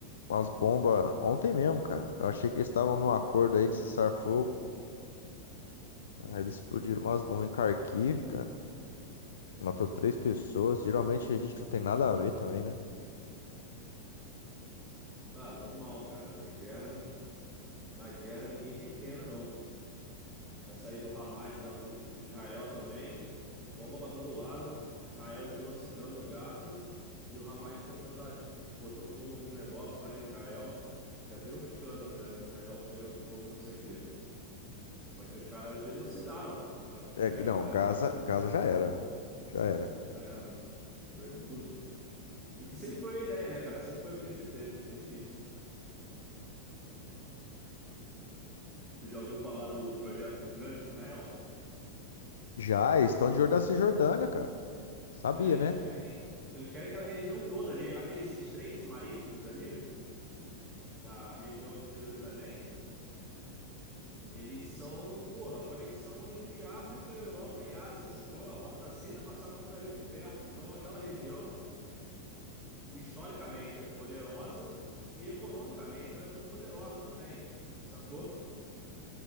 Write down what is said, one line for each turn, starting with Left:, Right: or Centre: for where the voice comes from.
Left: umas bombas ontem mesmo, cara. Eu achei que eles estavam num acordo aí de cessar fogo. Aí eles explodiram umas bombas em Kharkiv, cara. Matou três pessoas. Geralmente a gente não tem nada a ver também, né?
Centre: Ah, normal, cara. Guerra, na guerra ninguém tem pena, não. Essa aí do Hamas da- e do- de Israel também, bomba para todo lado, Israel genocidando Gaza e o Hamas tentando dar, botou fogo nos negócios lá em Israel. Já viram um escândalo, né? O Israel pegando fogo, não sei o quê. Só que os caras genocidaram a,
Left: É,
Centre: é,
Left: não,
Centre: Gaza.
Left: Gaza, Gaza já era. Já era.
Centre: Já era, mano. Destruíram tudo. E que sempre foi a ideia, né, cara? Sempre foi o objetivo deles, desde o início. Tu já ouviu falar do projeto de Grande Israel?
Left: Já, eles estão de olho da Cisjordânia, cara. Sabia,
Centre: É,
Left: né?
Centre: eles querem, eles querem aquela região toda ali, aqueles estreitos marítimos ali, da região de Jerusalém, eles são, porra, conexão entre África, Europa e Ásia, sacou? A Rota da Seda passava por ali por perto. Então, aquela região, historicamente, é poderosa e economicamente ela é muito poderosa também, sacou?